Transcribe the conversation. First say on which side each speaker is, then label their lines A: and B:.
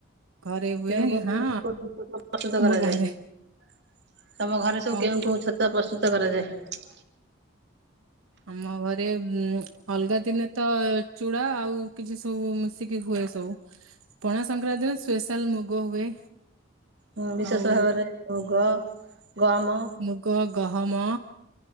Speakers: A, on the right; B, on the right.
A: ଘରେ ହୁଏ
B: କେ <unintelligible>
A: ହଁ
B: ପ୍ରସ୍ତୁତ
A: ଆମ
B: କରାଯାଏ
A: ଗାଁରେ
B: ତମ ଘରେ ସବୁ
A: କଣ
B: କେଉଁ କେଉଁ ଛତୁଆ ପ୍ରସ୍ତୁତ କରାଯାଏ?
A: ଆମ ଘରେ ଉ ଅଲଗା ଦିନେ ତ ଚୂଡା ଆଉ କିଛି ସବୁ ମିଶିକି ହୁଏ ସବୁ ପଣା ସଂକ୍ରାନ୍ତି ରେ ସ୍ପେଶାଲ ମୁଗ ହୁଏ।
B: ହୁଁ ବିଶେଷ
A: ଆଉ
B: ଭାବରେ ମୁଗ ଗହମ
A: ମୁଗ ଗହମ